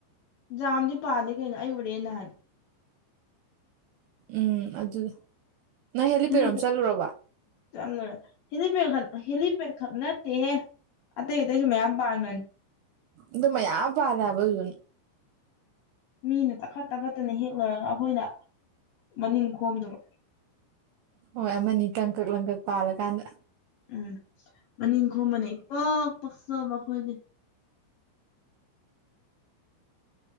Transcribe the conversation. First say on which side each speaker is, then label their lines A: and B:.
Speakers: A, on the left (about 65°); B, on the right (about 80°).
A: ꯖꯥꯝꯗꯤ ꯄꯥꯂꯤ ꯀꯩꯅꯣ ꯑꯩ ꯎꯔꯦ ꯅꯍꯥꯟ
B: ꯎꯝ ꯑꯗꯨꯗ ꯅꯣ ꯍꯦꯂꯤꯄꯦꯗ
A: ꯍꯦꯂꯤꯄꯦꯠ
B: ꯔꯣꯝ ꯆꯠꯂꯨꯔꯕꯣ
A: ꯆꯠꯂꯨꯔꯦ ꯍꯦꯂꯤꯄꯦꯗ ꯍꯦꯂꯤꯄꯦꯗ ꯈꯛ ꯅꯠꯇꯦꯍꯦ ꯑꯇꯩ ꯑꯇꯩꯁꯨ ꯃꯌꯥꯝ ꯄꯥꯟꯕꯅꯦ
B: ꯑꯗꯨ ꯃꯌꯥꯝ ꯄꯥꯜꯂꯦ ꯍꯥꯏꯕ ꯑꯗꯨꯗꯨ
A: ꯃꯤꯅ ꯇꯥꯈꯠ ꯇꯥꯈꯠꯇꯅ ꯍꯦꯛ ꯂꯣꯏꯔꯒ ꯑꯩꯈꯣꯏꯅ ꯃꯅꯤꯡ ꯈꯣꯝꯗꯨꯕ
B: ꯍꯣꯏ ꯑꯃꯅꯤ ꯇꯪ ꯀꯛ ꯂꯪꯀꯛ ꯄꯥꯜꯂꯀꯥꯟꯗ
A: ꯎꯝ ꯃꯅꯤꯡ ꯈꯣꯝꯕꯅ ꯏꯄꯛ ꯄꯛꯆꯕ ꯑꯈꯣꯏꯗꯤ